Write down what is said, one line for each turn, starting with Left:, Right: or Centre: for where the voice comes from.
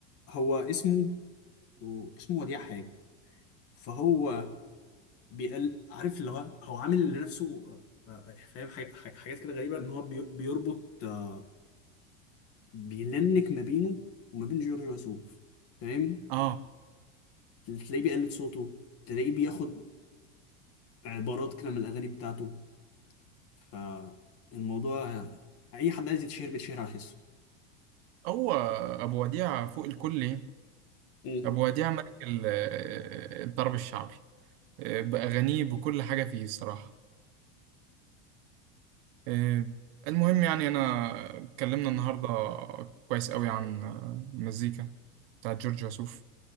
Left: هو اسمه واسمه وديع حاجه فهو بيقل عارف اللي هو هو عامل لنفسه آه، فاهم حاج- حاج- حاجات كده غريبه ان هو بي- بيربط آه، بيلنك ما بينه وما بين جورج وسوف فاهم
Right: اه
Left: تلاقيه بيقلد صوته تلاقيه بياخد عبارات كده من الاغاني بتاعته فالموضوع آه، اي حد عايز يتشهر بيتشهر على حسه
Right: هو ابو وديع فوق الكل يعني
Left: مم.
Right: ابو وديع ملك ال- آه، الطرب الشعبي آه، باغانيه بكل حاجه فيه الصراحه آه، المهم يعني انا اتكلمنا النهارده كويس قوي عن آه، المزيكا بتاعت جورج وسوف